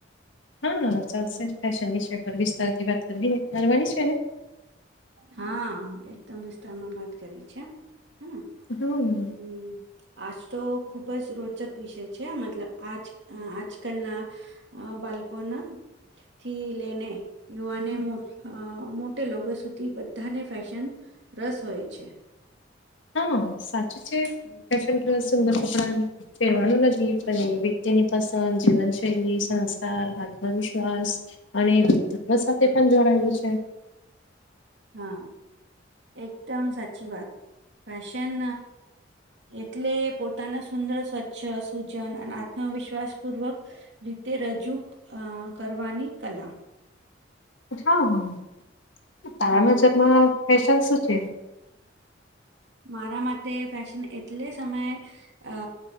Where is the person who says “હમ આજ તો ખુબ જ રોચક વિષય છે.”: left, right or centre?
Right